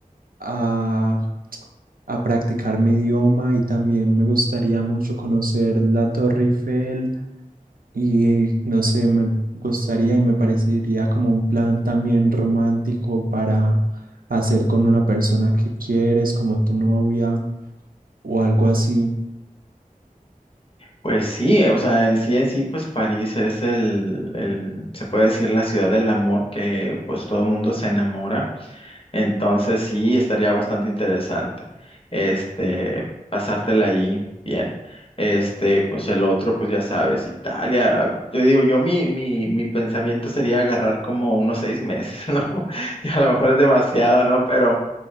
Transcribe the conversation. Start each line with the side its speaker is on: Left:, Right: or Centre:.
Right: a, a practicar mi idioma y también me gustaría mucho conocer la Torre Eiffel y no sé, me gustaría y me parecería como un plan también romántico para hacer con una persona que quieres, como tu novia o algo así.
Left: Pues sí, eh, o sea, en sí, en sí, pues París es el, el, se puede decir la ciudad del amor, que pues todo el mundo se enamora. Entonces sí, estaría bastante interesante, este, pasártela ahí bien. Este, pues el otro, pues ya sabes, Italia. Yo digo, yo mi, mi, mi pensamiento sería agarrar como unos seis meses, <laughs> ¿no? Y a lo mejor es demasiado, ¿no? Pero